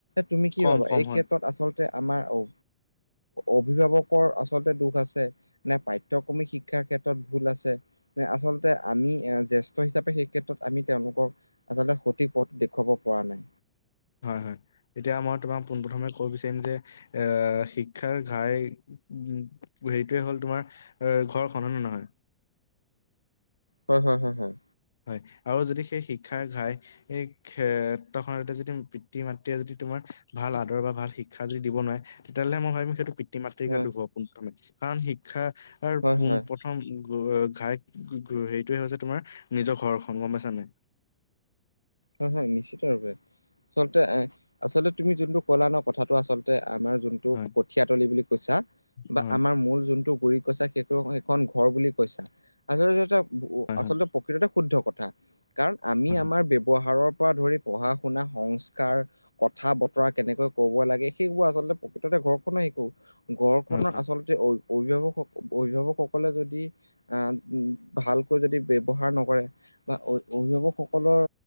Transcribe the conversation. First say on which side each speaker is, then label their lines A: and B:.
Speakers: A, on the left; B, on the left.
A: তুমি কি
B: কম
A: ভাবা?
B: কম
A: এই ক্ষেত্ৰত
B: হয়
A: আচলতে আমাৰ অ অভিভাৱকৰ আচলতে দুখ আছে <unintelligible> নে পাঠ্যক্ৰমী শিক্ষাৰ ক্ষেত্ৰত ভুল আছে? নে আচলতে আমি এ জ্যেষ্ঠ হিচাপে, সেই ক্ষেত্ৰত আমি তেওঁলোকক আচলতে সঠিক পথ দেখুৱাব পৰা নাই।
B: হয়, হয়, এতিয়া মই তোমাক পোনপ্ৰথমে কব বিচাৰিম যে এ শিক্ষাৰ ঘাই উম' সেইটোৱেই হ'ল তোমাৰ অ ঘৰখন, হয় নে নহয়?
A: হয়, হয় হয়, হয়।
B: হয়, আৰু যদি সেই শিক্ষাৰ ঘাই এই ক্ষেত্ৰখনতে যদি পিতৃ-মাতৃয়ে যদি তোমাৰ ভাল আদৰ বা ভাল শিক ক্ষা যদি দিব নোৱাৰে তেতিয়াহ'লে মই ভাবিম সেইটো পৃত পিতৃ-মাতৃৰ
A: হয়
B: গাত দোষ হ'ব পোনপ্ৰথমে কাৰণ শিক্ষাৰ
A: হয়
B: পোন
A: হয়
B: প্ৰ প্ৰথম গ ঘাই হেৰিটোৱেই হৈছে তোমাৰ নিজৰ ঘৰখন গম পাইছা নাই
A: হয় হয় নিশ্চয়ৰূপে আচলতে এ আচলতে তুমি জোনটো ক'লা ন কথাটো আচলতে আমাৰ জোন তু
B: হয়,
A: কঠিয়াতলি বুলি কৈছা বা
B: হয়,
A: আমাৰ মূল জোনটো গুৰিত কৈছা সেইটো সেইখন ঘৰ বুলি কৈছা। <unintelligible>
B: হয়,
A: আচলতে
B: হয়,
A: প্ৰকৃততে শুদ্ধ কথা, কাৰণ আমি
B: হয়,
A: আমাৰ ব্যৱ সাৰৰ পৰা ধৰি পঢ়া-শুনা সংস্কাৰ কথা বতৰা কেনেকৈ ক'ব লাগে, সেইবোৰ আচলতে প্ৰকৃততে ঘৰখনত শিকো। ঘৰখনৰ
B: হয়,
A: আচলতে অ অভিভাৱক অভিভাৱকসকলে যদি আহ ও ভালকৈ যদি ব্যৱহাৰ নকৰে বা অ অভিভাৱকসকলৰ